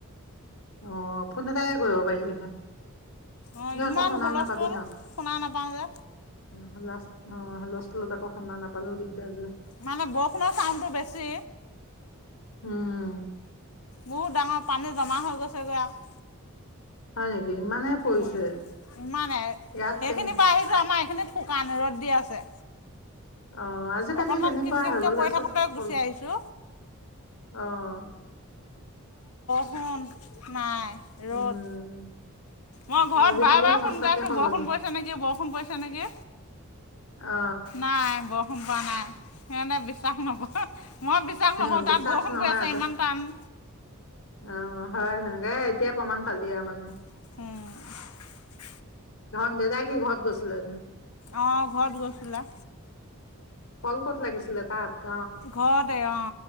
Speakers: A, on the left (about 65°); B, on the left (about 85°).
A: অ ফোন এটাকে কৰিব পাৰি হয়
B: অঁ
A: দে
B: ইমান
A: আকৌ শুনা
B: হুলস্থুল
A: নাপাবি
B: শুনা নাপাওঁ যে
A: হল অ হুলস্থুল ক শুনা নাপালেও দিগদাৰ যে
B: মানে বৰষুণৰ চাউণ্ডটো বেছি
A: উম উ
B: বহুত ডাঙৰ পানী জমা হৈ গৈছেগে আক
A: হয় নেকি ইমানে পৰিছে
B: উম ইমানেই
A: ইয়াত
B: সেইখিনি
A: টেং
B: বা আহিছো আমাৰ এইখিনি শুকান ৰ'দ দিয়া আছে
A: আহ আজিকালি
B: অকণমান
A: তেনেকুৱা
B: কিন কিনকে
A: হৈ গল
B: পৰি
A: চব
B: থাকোতে গুচি
A: হল
B: আহিছো।
A: আহ
B: ফোন নাই ৰ'দ।
A: উম
B: মই ঘৰত
A: আজিকালি
B: বাৰে বাৰে
A: সঁচাকে
B: ফোন কৰি আছো
A: সলনি
B: বৰষুণ পৰিছে নেকি বৰষুণ পৰিছে নেকি
A: অ
B: নাই বৰষ গম পোৱা নাই সিহঁতে বে বিশ্বাস নকৰ মই বিশ্বাস
A: অ
B: নকৰো
A: বিশ্বাস
B: তাত বৰষুণ
A: নহয়
B: পৰি আছে
A: আকৌ
B: ইমান টান
A: অ হয় তেনেকে এতিয় প্ৰমাণ পালি আও মানে
B: উম
A: ঘন দেদায় কি ঘৰত গছিলে
B: অঁ ঘৰত গৈছিলে
A: কল ক'ত লাগিছিলে তাত গ
B: ঘৰতে অঁ